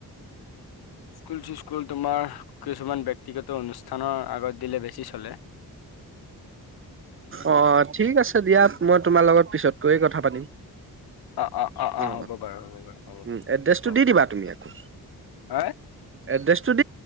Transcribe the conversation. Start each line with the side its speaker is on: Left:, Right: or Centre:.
Left: স্কুল চিস্কুল তোমাৰ কিছুমান ব্যক্তিগত অনুষ্ঠানৰ আগত দিলে বেছি চলে।
Right: অ ঠিক আছে দিয়া। মই তোমাৰ লগত পিছতকৈয়ে কথা পাতিম।
Left: অ
Right: অ
Left: হ'ব বাৰু হ'ব বাৰু হ'ব
Right: উ এড্ৰেছটো
Left: হ'ব
Right: দি দিবা তুমি আকৌ
Left: হা
Right: এড্ৰেছ